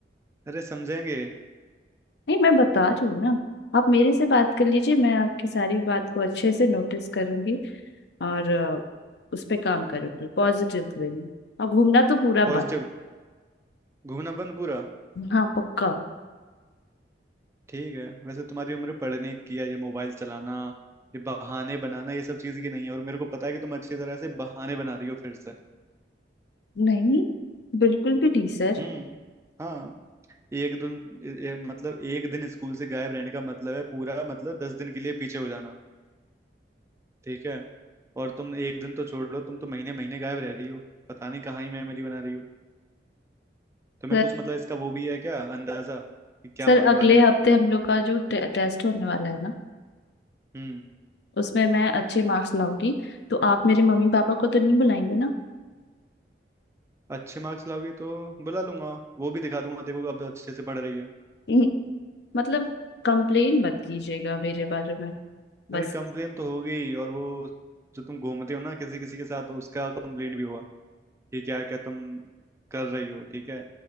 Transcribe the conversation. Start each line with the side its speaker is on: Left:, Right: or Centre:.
Right: अरे समझेंगे
Left: नहीं मैं बता रही हूँ ना आप मेरे से बात कर लीजिए मैं आपकी सारी बात को अच्छे से नोटिस करूंगी और अ, उस पे काम करूंगी पॉजिटिव वे में और घूमना तो पूरा बंद
Right: पॉजिटिव घूमना बंद पूरा
Left: हाँ पक्का
Right: ठीक है वैसे तुम्हारी उम्र पढ़ने की है ये मोबाइल चलाना ये बहाने बनाना ये सब चीज की नहीं है और मेरे को पता है कि तुम अच्छी तरह से बहाने बना रही हो फिर से
Left: नहीं बिल्कुल भी नहीं सर
Right: हम्म हाँ एक दिन ए, ए, मतलब एक दिन स्कूल से गायब रहने का मतलब है पूरा मतलब दस दिन के लिए पीछे हो जाना ठीक है और तुम एक दिन तो छोड़ो तुम तो महीने महीने गायब रह रही हो पता नहीं कहाँ ही मेमोरी बना रही हो तुम्हें
Left: सर
Right: कुछ मतलब इसका वो भी है क्या अंदाजा कि क्या
Left: सर
Right: होने
Left: अगले
Right: वाला है
Left: हफ्ते हम लोग का जो टे, टेस्ट होने वाला है ना
Right: हम्म
Left: उसमें मैं अच्छे मार्क्स लाऊंगी तो आप मेरे मम्मी पापा को तो नहीं बुलाएंगे ना
Right: अच्छे मार्क्स लाओगी तो बुला लूंगा वो भी दिखा दूंगा देखो अब अच्छे से पढ़ रही है
Left: हम्म, मतलब कंप्लेन मत कीजिएगा मेरे बारे में बस
Right: अरे कंप्लेन तो होगी और वो जो तुम घूमते हो ना किसी किसी के साथ उसका कंप्लेन भी होगा कि क्या क्या तुम कर रही हो ठीक है